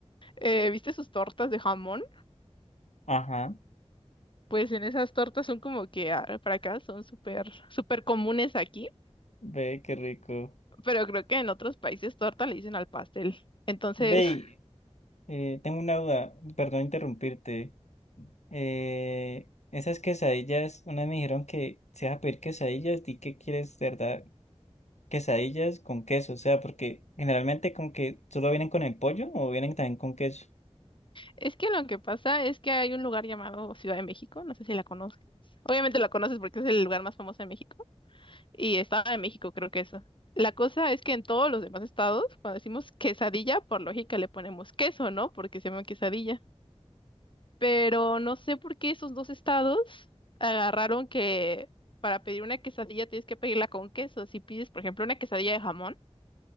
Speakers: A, on the left; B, on the left.
A: Eh, ¿viste sus tortas de jamón?
B: ajá,
A: Pues en esas tortas son como que ah, para acá son súper, súper comunes aquí,
B: ve, qué rico.
A: pero creo que en otros países torta le dicen al pastel. Entonces,
B: Ve,
A: <laughs>
B: y, eh, tengo una duda, perdón interrumpirte. Eh, esas quesadillas, una vez me dijeron que si vas a pedir quesadillas, di que quieres, de verdad, quesadillas con queso, o sea, porque generalmente como que solo vienen con el pollo o vienen también con queso.
A: es que lo que pasa es que hay un lugar llamado Ciudad de México, no sé si la conozcas. Obviamente la conoces porque es el lugar más famoso de México y Estado de México, creo que eso. La cosa es que en todos los demás estados, cuando decimos quesadilla, por lógica le ponemos queso, ¿no? Porque se llama quesadilla. pero no sé por qué esos dos estados agarraron que para pedir una quesadilla tienes que pedirla con queso. Si pides, por ejemplo, una quesadilla de jamón,